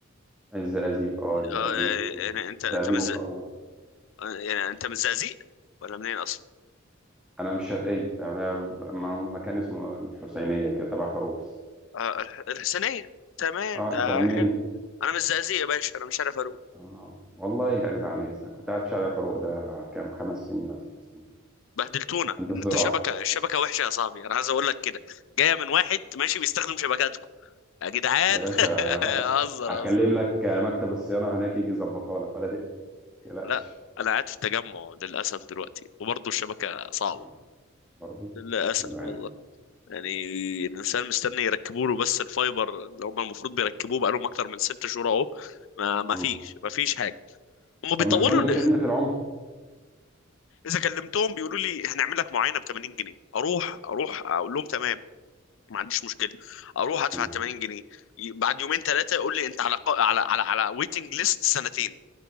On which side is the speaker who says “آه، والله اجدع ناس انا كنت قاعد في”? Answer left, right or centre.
Centre